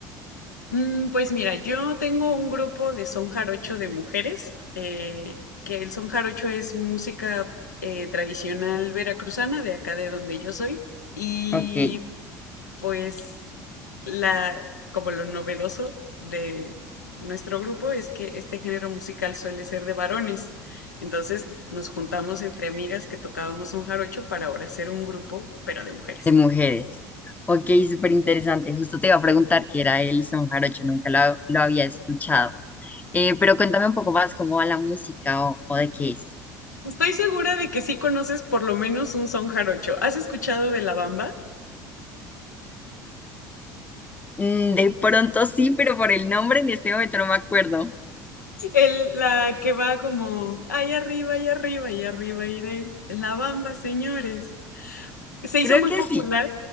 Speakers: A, on the left; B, on the left.
A: Mm, pues mira, yo tengo un grupo de son jarocho de mujeres, eh, que el son jarocho es música eh, tradicional veracruzana de acá de donde yo soy, y
B: Ok,
A: pues la, como lo novedoso de nuestro grupo es que este género musical suele ser de varones, entonces nos juntamos entre amigas que tocábamos son jarocho para ahora hacer un grupo, pero de mujeres.
B: de mujeres. Ok, súper interesante. Justo te iba a preguntar qué era el son jarocho, nunca lo, lo había escuchado. Eh, pero cuéntame un poco más cómo va la música o, o de qué es.
A: Estoy segura de que sí conoces por lo menos un son jarocho. ¿Has escuchado de la bamba?
B: Mm, De pronto sí, pero por el nombre en este momento no me acuerdo.
A: El, la que va como, ay arriba, ay arriba, y arriba iré. La bamba, señores. Se hizo
B: Creo
A: muy
B: que
A: popular.
B: sí,